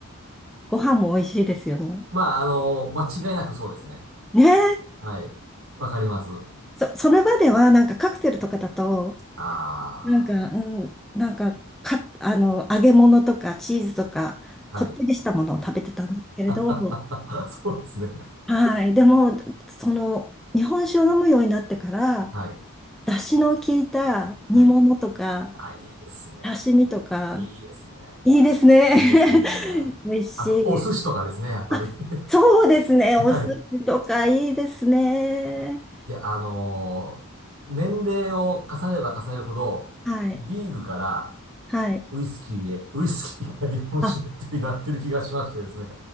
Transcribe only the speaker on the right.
まあ、あの、間違いなくそうですね。
はい。わかります。
あ
ー、
はい。<laughs> そうですね。
はい。
はい。あ、いいですね。
いいですね。
いいですね。
あと、お寿司とかですね、やっぱり。
<laughs> はい。
いや、あのー年齢を重ねれば重ねるほど、
ビールから
ウイスキーへ、ウイスキーから日本酒へってなってる気がしましてですね。